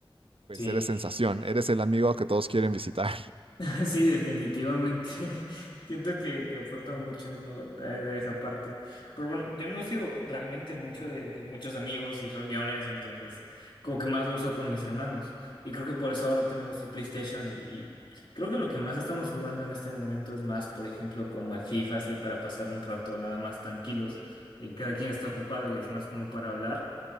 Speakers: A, on the right; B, on the left.
A: pues
B: Sí,
A: eres sensación, eres el amigo que todos quieren visitar.
B: <laughs> sí, definitivamente. <laughs> Siento que, que aporta mucho, ¿no? a, a esa parte. Pero bueno, yo no he sido realmente mucho de, de muchos amigos y reuniones, entonces como que más lo uso con mis hermanos. Y creo que por eso ahora tenemos el PlayStation y, y creo que lo que más estamos jugando en este momento es más, por ejemplo, como el FIFA, así para pasar un rato nada más tranquilos. Eh, cada quien está ocupado y es más como para hablar.